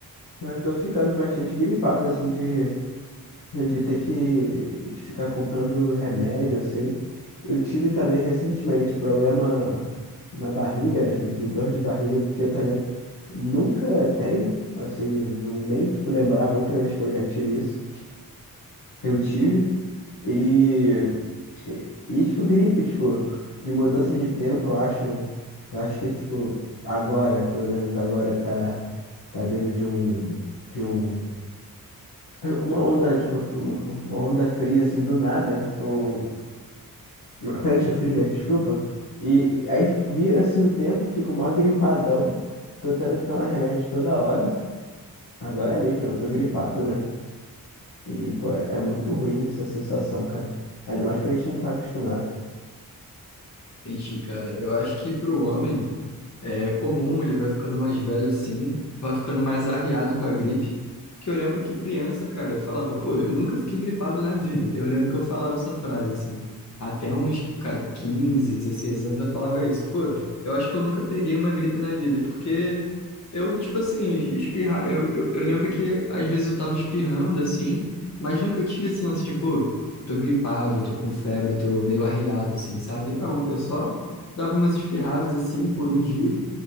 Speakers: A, on the left; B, on the left.
A: Mas eu tô ficando bastante gripado, assim, de, de ter que de ficar comprando remédio, assim. Eu tive também recentemente um problema na barriga, né? Tipo, de dor de barriga, que eu também nunca tenho, assim, não, nem, tipo, lembrava a última vez que eu já tive isso. Eu tive. E, e, e, tipo, gripe, tipo, de mudança de tempo, eu acho, né? Eu acho que, tipo, agora, pelo menos agora, tá, tá vindo de um. De um uma onda, tipo, uma uma onda fria, assim, do nada, um- uma frente fria, desculpa, e aí vira, assim, o tempo, eu fico mó gripadão, tô tendo que tomar remédio toda hora, agora mesmo, né, eu tô gripado, né, e, pô, é, é muito ruim essa sensação, cara, ainda mais quando a gente não tá acostumado,
B: Entendi, cara. Eu acho que pro homem é comum, ele vai ficando mais velho assim, vai ficando mais arriado com a gripe. Que eu lembro que criança, cara, eu falava, pô, eu nunca fiquei gripado na vida. Eu lembro que eu falava essa frase assim. Até uns ca- 15, 16 anos eu falava isso. Pô, eu acho que eu nunca peguei uma gripe na vida, porque eu, tipo assim, espirrar. Eu, eu, eu lembro que às vezes eu tava espirrando assim, mas nunca tive esse lance de, pô tô gripado, tô com febre, tô meio arriado, assim, sabe? Não, eu só dava umas espirradas, assim, por um dia